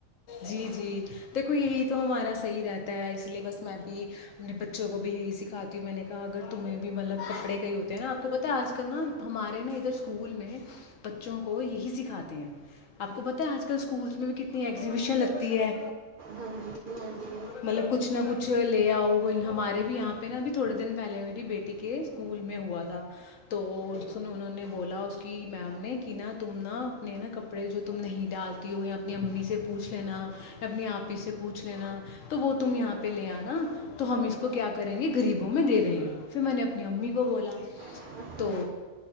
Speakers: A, on the left; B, on the right.
A: جی جی دیکھو یہی تو ہمارا صحیح رہتا ہے اسی لیے بس میں بھی اپنے بچوں کو بھی یہی سکھاتی ہوں میں نے کہا اگر تمہیں بھی مطلب کپڑے کے ہی ہوتے ہیں نا آپ کو پتہ ہے آج کل نا ہمارے نا ادھر اسکول میں بچوں کو یہی سکھاتے ہیں آپ کو پتا ہے آج کل اسکولس میں بھی کتنی ایگزیبیشن لگتی ہے
B: ہاں جی ہاں جی
A: مطلب کچھ نہ کچھ لے آؤ ہمارے بھی یہاں پہ نا اب تھوڑے دن پہلے میری بیٹی کے اسکول میں ہوا تھا تو انہوں نے بولا اس کی میم تم نا اپنے نا کپڑے جو تم نہیں ڈالتی ہو اپنی امی سے پوچھ لینا اپنی آپ ہی سے پوچھ لینا تو وہ تم یہاں پہ لے آناا تو ہم اس کو کیا کریں گے غریبوں میں دے دیں گے پھر میں نے اپنی امی کو بولا
B: اچھا
A: تو